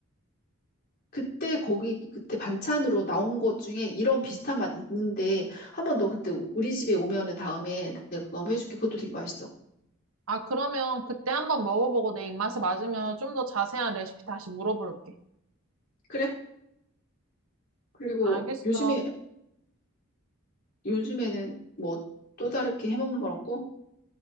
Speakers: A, on the left (about 50°); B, on the right (about 75°).
A: 그때 거기 그때 반찬으로 나온 것 중에 이런 비슷한 맛 있는데 한번 너 그때 우- 우리 집에 오면은 다음에 내가 그거 한번 해줄게. 그것도 되게 맛있어.
B: 아, 그러면 그때 한번 먹어보고 내 입맛에 맞으면 좀 더 자세한 레시피 다시 물어볼게.
A: 그래? 그리고
B: 알겠어.
A: 요즘에 요즘에는 뭐 또 다르게 해 먹는 건 없고